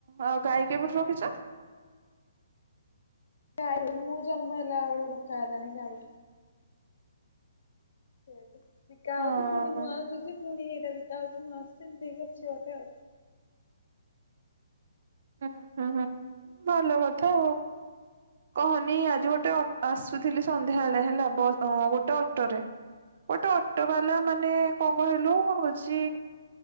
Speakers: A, on the right (about 50°); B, on the left (about 60°).
A: ଆଉ ଗାଈ କେବେଠୁ ରଖିଛ?
B: ଗାଈ ମୁଁ ଜନ୍ମ ହେଲା ଆଳୁ ରଖା ହେଲାଣି ଗାଈ। ସେଠି ବିକା
A: ହଁ
B: ହଉଛି ପୁଣି ନୂଆ
A: ହୁଁ
B: ଆସୁଛି ପୁଣି ଏଇଟା ବିକା ହଉଛି ନୂଆ ଆସୁଛି ଏମିତିି ହେଇକି ଅଛି ଗୋଟେ ଆଉ।
A: ହୁଁ ହୁଁ ହୁଁ ଭଲ କଥା। କହନି ଆଜି ଗୋଟେ ଅଟୋ ଆସୁଥିଲି ସନ୍ଧ୍ୟାବେଳେ ହେଲା ବସ୍ ହଁ ଗୋଟେ ଅଟୋରେ ଗୋଟେ ଅଟୋ ବାଲା ମାନେ କଣ କହିଲୁ ହଉଛି